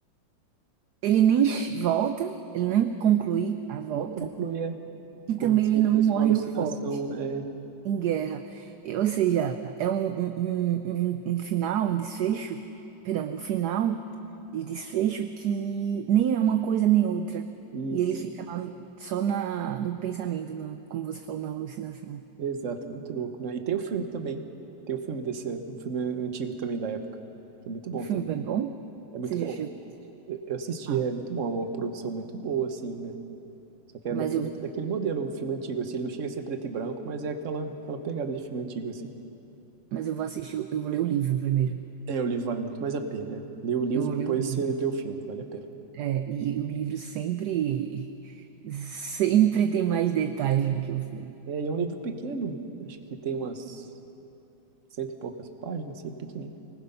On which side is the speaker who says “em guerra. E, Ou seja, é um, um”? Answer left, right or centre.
Right